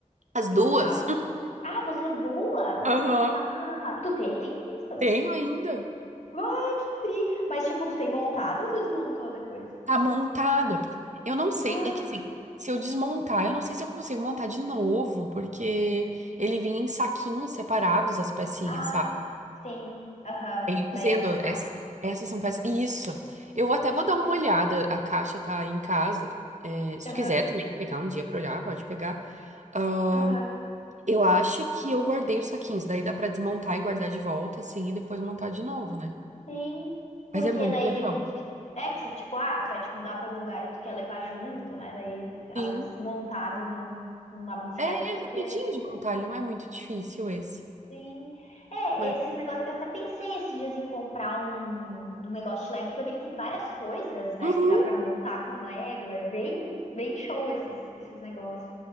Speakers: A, on the right; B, on the left.
A: As
B: que
A: duas?
B: montava?
A: <laughs>
B: Ah, vocês duas? Ah,
A: Aham.
B: tá. Tu tem isso?
A: Tenho ainda.
B: Vai, que tri. Mas, tipo, tu tem montado ou tu desmontou depois?
A: Tá montado. Eu não sei,
B: Ai.
A: é que assim, se eu desmontar, eu não sei se eu consigo montar de novo, porque ele vinha em saquinhos separados, as pecinhas,
B: Ah,
A: sabe?
B: sim. Aham.
A: Ele Dizendo,
B: Daí era mais fácil.
A: es- Essas são peças. Isso. Eu vou até vou dar uma olhada. A caixa tá aí em casa. É, se
B: Aham.
A: tu quiser também pegar um dia pra olhar, pode pegar. Ahn,
B: Aham.
A: eu acho que eu guardei os saquinhos. Daí dá pra desmontar e guardar de volta, assim, e depois montar de novo, né?
B: Sim,
A: Mas
B: porque
A: é muito
B: daí,
A: legal.
B: digamos que é que se, tipo, ah, tu vai te mudar pra algum lugar e tu quer levar junto, né? Daí, às
A: Sim.
B: vezes, montado não, não dá muito
A: É,
B: certo,
A: é
B: porque,
A: rapidinho de montar,
B: como
A: ele não é muito difícil esse.
B: sim. É,
A: Mas
B: esses negócios. Eu até pensei esses dias em comprar um, um negócio de Lego, porque eu vi que tem várias coisas, né,
A: Uhum,
B: que dá pra montar com Lego. É bem, bem show esses, esses negócios.